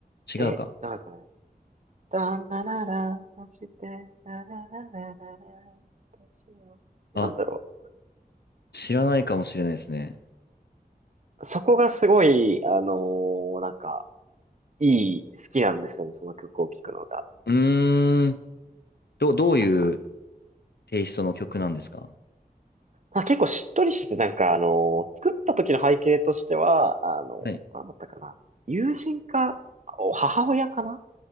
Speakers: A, on the left; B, on the right.
A: 違うか
B: れない。え、なんですかね、だんだらら、そして、だららららら、どうしよう。
A: あ、
B: なんだろ
A: 知らないかもしれないですね。
B: う。そこがすごい、あのーなんか、いい、好きなんですよね、その曲を聴くのが。
A: うーん。ど、どういう
B: なんか、
A: テイストの曲なんですか
B: まあ、結構しっとりしてて、なんか、あのー作った時の背景としては、あのーなんだったかな。
A: はい。
B: 友人か、お母親かな